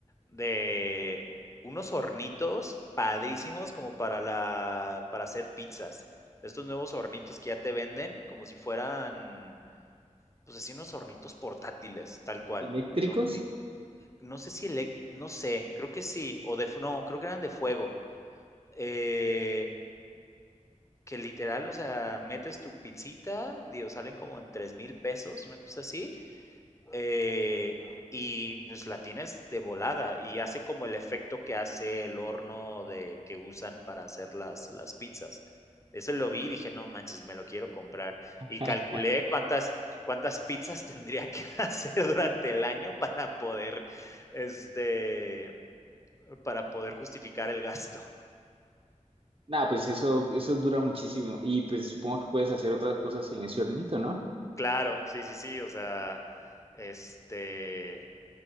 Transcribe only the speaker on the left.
de unos hornitos padrísimos como para la, para hacer pizzas. De estos nuevos hornitos que ya te venden, como si fueran, pues así unos hornitos portátiles, tal cual,
que son, li- no sé si, elec- no sé, creo que sí, o de, fu- no, creo que eran de fuego. eh, que literal, o sea, metes tu pizzita, digo, salen como en tres mil pesos, una cosa así, Eh, y pues la tienes de volada y hace como el efecto que hace el horno de, que usan para hacer las, las pizzas. Eso lo vi y dije, no manches, me lo quiero comprar. Y
calculé cuántas, cuántas pizzas tendría que <laughs> hacer durante el año para poder, este, para poder justificar el gasto.
Claro, sí, sí, sí, o sea, este,